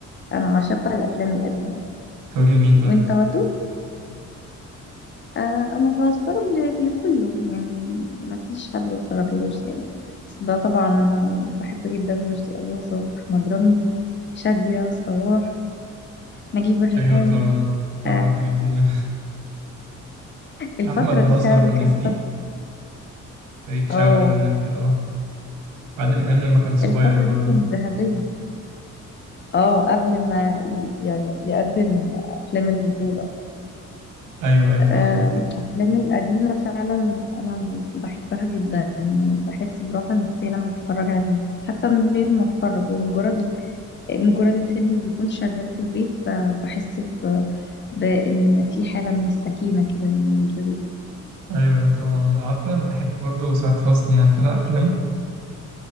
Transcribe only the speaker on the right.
بتتفرجي لمين طيب
ايوه طبعا طبعا
حاجات دي <laughs>
احمد
مظهر
والناس
دي
فريد شوقي
والناس دي اه عادل امام لما كان صغير
برضو
ايوه ايوه فاهمك
<laughs>
ايوه أيوة طبعا عارفه انا بحب برضو سعاد حسني عارفه لها افلام